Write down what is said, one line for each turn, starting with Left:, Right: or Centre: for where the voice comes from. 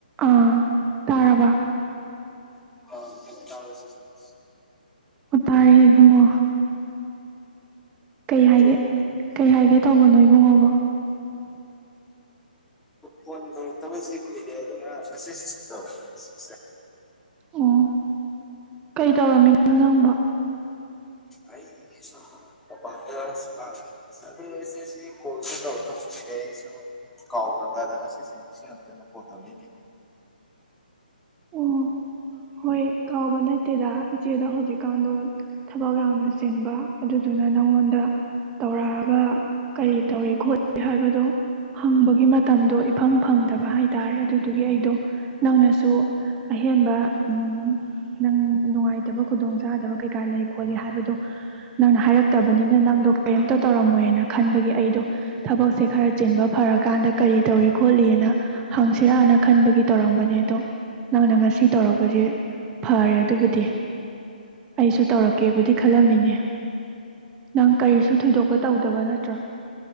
Right: ꯑꯥ ꯇꯥꯔꯕ
Centre: ꯑ ꯐꯂꯣ ꯇꯥꯕ꯭ꯔꯣ ꯁꯤꯁꯇ
Right: ꯑꯣ ꯇꯌꯦ ꯏꯕꯨꯡꯉꯣ ꯀꯩ ꯍꯥꯏꯒꯦ ꯀꯩ ꯍꯥꯏꯒꯦ ꯇꯧꯕꯅꯣ ꯏꯕꯨꯡꯉꯣꯕꯣ
Centre: ꯐꯣꯟ ꯇꯧꯔꯛꯇꯕꯁꯤ ꯀꯨꯏꯔꯦ ꯑꯗꯨꯅ ꯃꯦꯁꯦꯁ ꯇꯧꯔ ꯆ
Right: ꯑꯣ ꯀꯩ ꯇꯧꯔꯝꯃꯤ ꯅꯣ ꯅꯪꯕꯣ
Centre: ꯑꯩꯒꯤꯁꯨ ꯃꯄꯥꯟꯗ ꯁ ꯑꯗꯨ ꯏꯆꯦꯁꯤ ꯀꯣꯜꯁꯨ ꯇꯧꯔꯛꯇꯕ ꯀꯨꯏꯔꯦ ꯁꯨꯝ ꯀꯥꯎꯒ꯭ꯔꯕꯅ ꯉꯁꯤꯁꯦ ꯅꯤꯡꯁꯤꯡꯉꯛꯇꯅ ꯀꯣꯜ ꯇꯧꯔꯛꯏꯅꯤ
Right: ꯑꯣ ꯍꯣꯏ ꯀꯥꯎꯕ ꯅꯠꯇꯦꯗ ꯏꯆꯦꯗꯣ ꯍꯧꯖꯤꯛꯀꯥꯟꯗꯣ ꯊꯕꯛ ꯌꯥꯝꯅ ꯆꯤꯟꯕ ꯑꯗꯨꯗꯨꯅ ꯅꯪꯉꯣꯟꯗ ꯇꯧꯔꯛꯑꯒ ꯀꯔꯤ ꯇꯧꯔꯤ ꯈꯣꯠꯂꯤ ꯍꯥꯏꯕꯗꯣ ꯍꯪꯕꯒꯤ ꯃꯇꯝꯗꯣ ꯏꯐꯪ ꯐꯪꯗꯕ ꯍꯥꯏ ꯇꯔꯦ ꯑꯗꯨꯗꯨꯒꯤ ꯑꯩꯗꯣ ꯅꯪꯅꯁꯨ ꯑꯍꯦꯟꯕ ꯎꯝ ꯅꯪ ꯅꯨꯡꯉꯥꯏꯇꯕ ꯈꯨꯗꯣꯡꯆꯥꯥꯗꯕ ꯀꯩꯀꯥ ꯂꯩ ꯈꯣꯠꯂꯤ ꯍꯥꯏꯕꯗꯣ ꯅꯪꯅ ꯍꯥꯏꯔꯛꯇꯕꯅꯤꯅ ꯅꯪꯗꯣ ꯀꯔꯤꯃꯇ ꯇꯧꯔꯝꯃꯣꯏꯅ ꯈꯟꯕꯒꯤ ꯑꯩꯗꯣ ꯊꯕꯛꯁꯦ ꯈꯔ ꯆꯤꯟꯕ ꯐꯔꯀꯥꯟꯗ ꯀꯔꯤ ꯇꯧꯔꯤ ꯈꯣꯠꯂꯤꯅ ꯍꯪꯁꯤꯔꯥꯅ ꯈꯟꯕꯒꯤ ꯇꯧꯔꯝꯕꯅꯦ ꯑꯗꯣ ꯅꯪꯅ ꯉꯁꯤ ꯇꯧꯔꯛꯄꯁꯦ ꯐꯔꯦ ꯑꯗꯨꯕꯨꯗꯤ ꯑꯩꯁꯨ ꯇꯧꯔꯛꯀꯦꯕꯨꯗꯤ ꯈꯜꯂꯝꯃꯤꯅꯦ ꯅꯪ ꯀꯔꯤꯁꯨ ꯊꯣꯏꯗꯣꯛꯄ ꯇꯧꯗꯕ ꯅꯠꯇ꯭ꯔꯣ